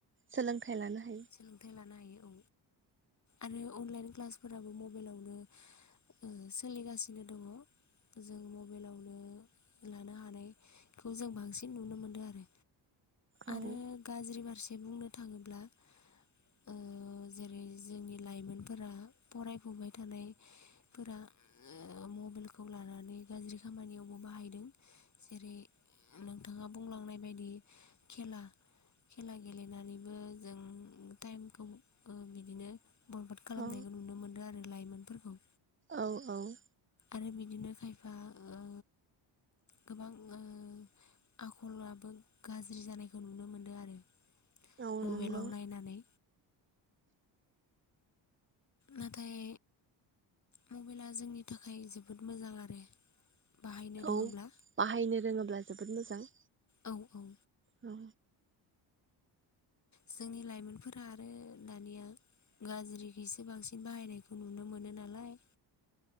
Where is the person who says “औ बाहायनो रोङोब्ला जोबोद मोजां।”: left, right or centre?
Right